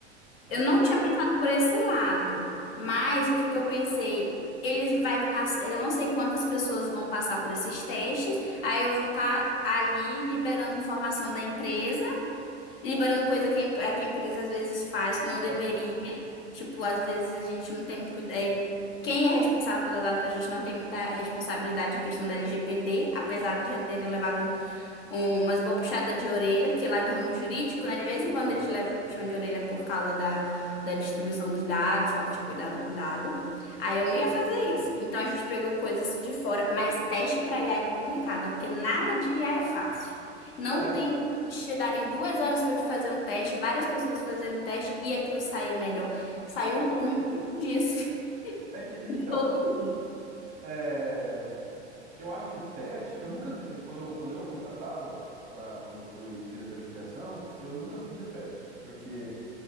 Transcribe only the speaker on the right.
É,
é,
aham,
uhum.
É,
não tem.
É que, então,
é, eu acho que teste, eu nunca, quando eu, quando eu contratava, pra, quando eu fui diretor de criação, eu nunca pedia teste, porque